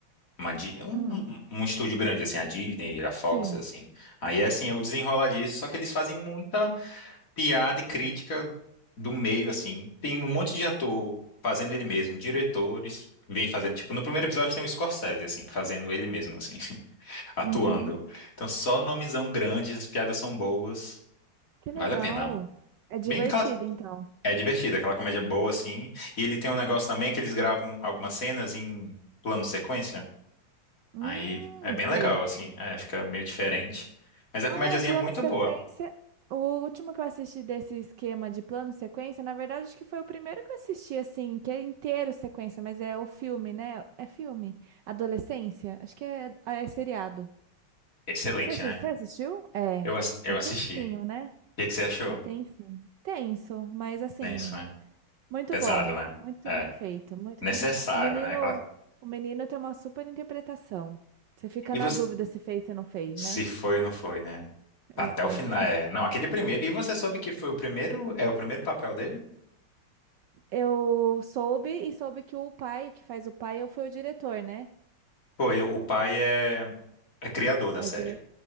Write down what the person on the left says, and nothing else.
Uma, Di- um,
um estúdio grande, assim, a Disney, a Fox,
assim. Aí, assim, é o
desenrolar disso, só que eles fazem muita piada e crítica do meio, assim. Tem um monte de ator fazendo ele mesmo, diretores vêm fazendo. Tipo, no primeiro episódio tem o Scorsese, assim, fazendo ele mesmo, assim, <laughs> atuando.
Então, só nomezão grande, as piadas são boas,
vale a pena.
Bem classe.
É divertido, aquela comédia boa, assim. E ele tem um negócio também que eles gravam algumas cenas em plano sequência.
Aí é bem
legal, assim. É, fica meio diferente. Mas a comédiazinha
é muito
boa.
Excelente,
né?
Eu, ass- eu
assisti.
O que que você achou?
Tenso, né?
Pesado,
né?
É.
Necessário,
né? Aquela-
E
você.
Se
foi ou não foi, né?
Até o final. é, Não, aquele primeiro. E você soube que foi o primeiro. É o primeiro papel dele?
Foi. O pai é, é criador da
série.